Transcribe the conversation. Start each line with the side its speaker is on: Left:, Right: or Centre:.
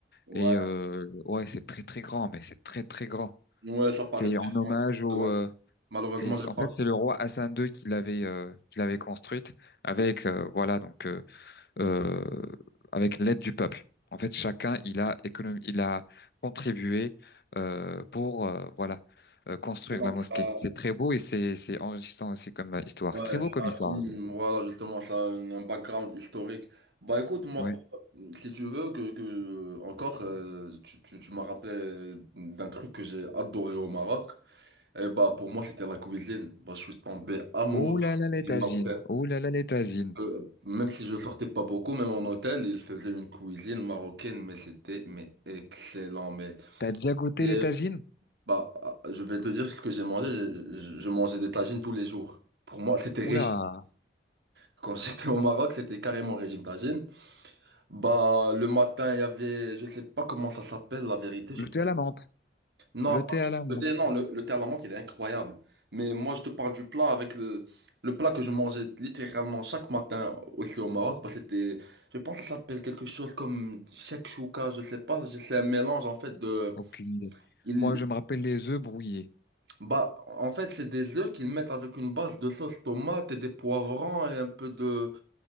Right: Ouais.
Left: Et euh, ouais, c'est très très grand, mais c'est très très grand.
Right: Ouais, ça paraît
Left: C'est
Right: très
Left: en hommage au.
Right: grand. Ouais.
Left: euh,
Right: Malheureusement,
Left: c'est, c'est-
Right: j'ai
Left: en
Right: pas.
Left: fait, c'est le roi Hassan II qui l'avait euh, qui l'avait construite avec
Right: Ouais.
Left: euh, voilà donc euh, euh, avec l'aide du peuple. En fait, chacun il a économ- il a contribué euh, pour euh, voilà euh, construire
Right: Donc,
Left: la mosquée.
Right: ça-
Left: C'est très beau et c'est c'est enrichissant aussi comme euh, histoire.
Right: Ouais,
Left: C'est très beau
Right: ça
Left: comme histoire
Right: a comme-
Left: aussi.
Right: voilà, justement, ça a un un background historique. Bah écoute, moi,
Left: Ouais.
Right: pour- si tu veux, que, que encore, euh, tu, tu, tu m'as rappelé d'un truc que j'ai adoré au Maroc. Et bah pour moi, c'était la cuisine. Bah, je suis tombé amoureux
Left: Oh
Right: de
Left: là
Right: la
Left: là les
Right: cuisine
Left: tagines.
Right: marocaine.
Left: Oh là là les tagines.
Right: Euh, Même si je sortais pas beaucoup, même en hôtel, ils faisaient une cuisine marocaine, mais c'était mais excellent. Mais
Left: T'as déjà goûté
Right: Et
Left: les tagines?
Right: bah, je vais te dire ce que j'ai mangé. Je, je- je mangeais des tagines tous les jours. Pour moi, c'était
Left: Oula,
Right: régime. Quand j'étais au Maroc, c'était carrément régime tagine. Bah, le matin, il y avait, je sais pas comment ça s'appelle, la vérité.
Left: le
Right: Je...
Left: thé à la menthe.
Right: Non,
Left: Le thé
Right: pas
Left: à la menthe.
Right: du thé, non, le, le thé à la menthe, il est incroyable. Mais moi, je te parle du plat avec le, le plat que je mangeais littéralement chaque matin aussi au Maroc. Bah, c'était, je pense que ça s'appelle quelque chose comme chouka je sais pas. C'est un mélange, en fait, de,
Left: Aucune idée.
Right: il,
Left: Moi, je me rappelle les œufs brouillés.
Right: bah, en fait, c'est des œufs qu'ils mettent avec une base de sauce tomate et des poivrons et un peu de,